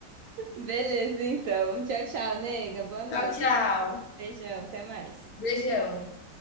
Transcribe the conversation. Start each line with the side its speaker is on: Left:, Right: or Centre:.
Right: <laughs> Beleza, então. Tchau, tchau, nega. Boa noite.
Left: Tchau, tchau.
Right: Beijão, até mais.
Left: Beijão.